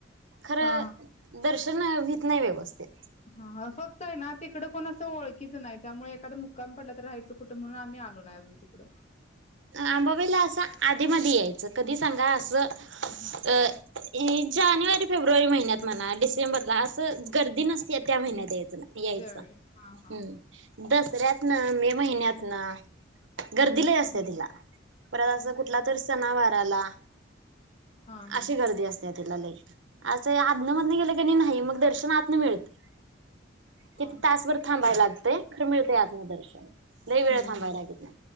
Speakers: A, on the right (about 70°); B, on the left (about 35°).
A: खर
B: हा
A: दर्शन वित नाही व्यवस्थित
B: हा ह फक्त आहे ना तिकड कोण असं ओळखीच नाही त्यामुळे एखादा मुक्काम पडला तर राहायचं कुठं म्हणून आम्ही आलो ना अजून तिकडं
A: अंबाबाईला असं आत कधि मधि यायच कधी सांगा अस. अ
B: ह
A: जानेवारी. फेब्रुवारी महिन्यात म्हणा डिसेंबरला असं गर्दी नसते त्या महिन्यात य. याच न यायच
B: त्यावेळी हा हा
A: हम दस. पर्यातन मे महिन्यात ना गर्दी लय. त दिला
B: हा
A: परत असं कुठला तर सणावाराला
B: हा हा.
A: अशी गर्दी असते, तिला लई असं अधनं मधनं गेलं क नाही मग दर्शन आतन मिळते.
B: हा
A: किती
B: हा.
A: तासभर थांबायला लागत. ते,. खर मिळते आतन दर्शन लय
B: हम्म
A: वेळ थांबायला
B: हम्म
A: लागत नाही,